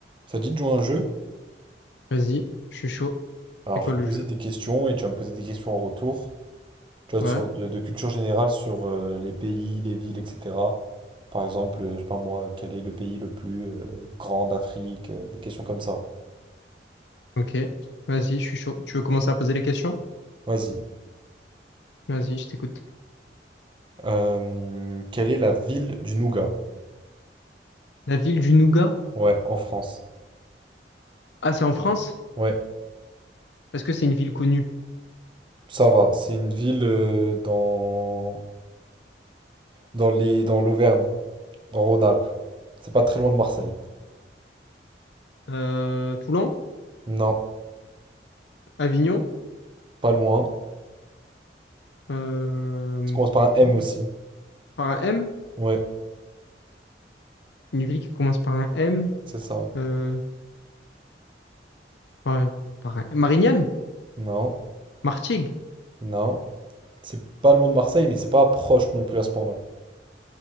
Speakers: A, on the right; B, on the left.
A: Ça te dit de jouer à un jeu?
B: Vas-y, je suis chaud.
A: Alors,
B: C'est
A: je
B: quoi
A: vais
B: le
A: te poser
B: jeu?
A: des questions et tu vas me poser des questions en retour. Tu vois,
B: Ouais,
A: de sorte de, de culture générale sur euh, les pays, les villes, etc. Par exemple, euh, je sais pas moi, quel est le pays le plus euh, grand d'Afrique? euh, des questions comme ça.
B: ok. Vas-y, je suis chaud. Tu veux commencer à poser les questions?
A: Vas-y.
B: Vas-y, je t'écoute.
A: Euh, quelle est la ville du Nougat?
B: La ville du Nougat?
A: Ouais, en France.
B: Ah, c'est en France?
A: Ouais,
B: Est-ce que c'est une ville connue?
A: ça va. C'est une ville euh, dans, dans les, dans l'Auvergne, en Rhône-Alpes. C'est pas très loin de Marseille.
B: Euh, Toulon?
A: Non,
B: Avignon?
A: pas loin.
B: Euh,
A: Ça commence par un M
B: Toulouse
A: aussi.
B: Par un M?
A: Ouais,
B: Une ville qui commence par un M?
A: c'est ça.
B: Euh, par, par un... Marignane?
A: Non.
B: Martigues?
A: Non, c'est pas loin de Marseille, mais c'est pas proche non plus à ce point-là.